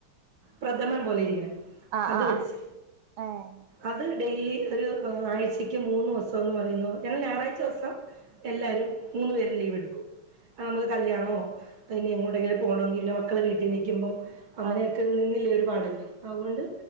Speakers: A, on the right; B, on the right.
A: പ്രഥമൻ പോലെ ഇരിക്കുന്നെ
B: ആഹ്
A: അത്
B: ആഹ്
A: വെച്ച്
B: ആഹ് ഏഹ്
A: അത് ഡെയിലി ഒരു ആഴ്ചയ്ക്ക് മൂന്ന് ദിവസം എന്ന് പറഞ്ഞു ഞങ്ങള് ഞായറാ <unintelligible> ദിവസം എല്ലാരും മൂന്നു പേരും ലീവ് എടുക്കും ആഹ് നമ്മുക്ക് കല്യാണോ പിന്നെ എങ്ങോട്ടെങ്കിലും പോണോങ്കിലും പിന്നെ മക്കളെവീട്ടി നിക്കുമ്പം അങ്ങനെയൊക്കെ
B: ആഹ്
A: നിന്നില്ലേ ഒരു പാടല്ലേ അതുകൊണ്ട്